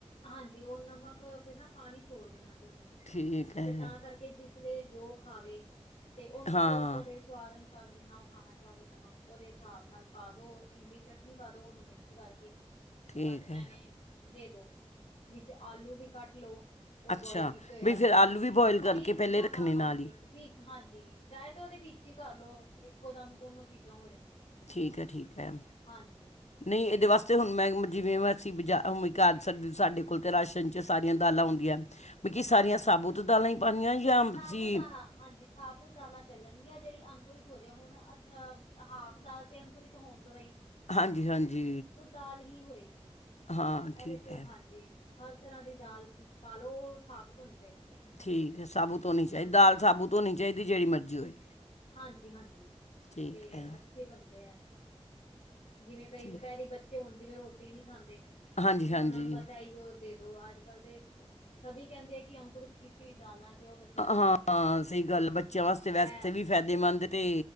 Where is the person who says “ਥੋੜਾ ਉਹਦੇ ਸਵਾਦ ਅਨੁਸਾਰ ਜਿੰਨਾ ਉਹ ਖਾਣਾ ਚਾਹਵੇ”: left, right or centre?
Left